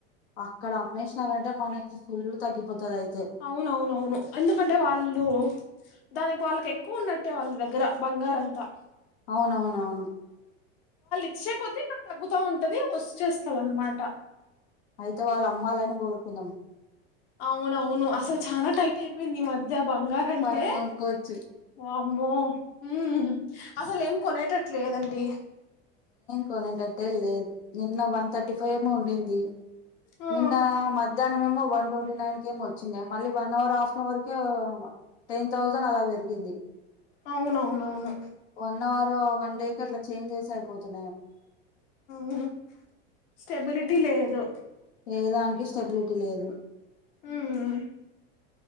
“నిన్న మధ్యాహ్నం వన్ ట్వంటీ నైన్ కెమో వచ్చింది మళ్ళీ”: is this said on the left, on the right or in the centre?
Left